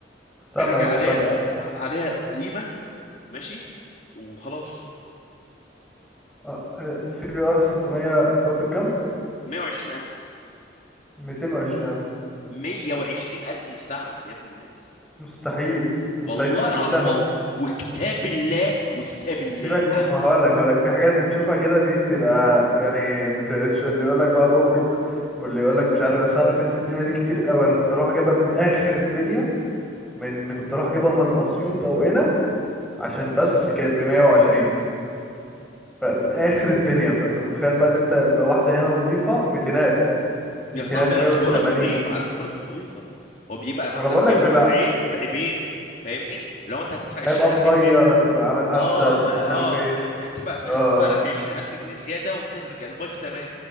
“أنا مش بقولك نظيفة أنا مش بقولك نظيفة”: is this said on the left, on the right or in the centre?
Left